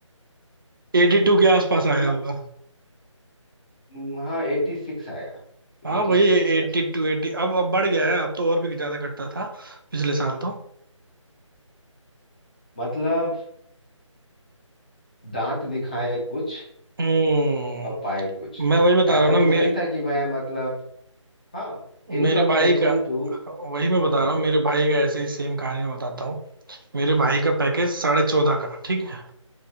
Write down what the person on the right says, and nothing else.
एटी टू के आसपास
आया होगा
हाँ
वही
Eighty
two
eighty अब अब बढ़ गया है अब तो और भी ज्यादा कटता था पिछले साल तो
हम्म
मैं वही बता
रहा हूँ ना मेरे
मेरे
भाई का
वही मैं बता
रहा हूँ मेरे भाई का ऐसे ही सेम कहानी मैं बताता हूँ मेरे भाई का पैकेज साढ़े चौदह का ठीक है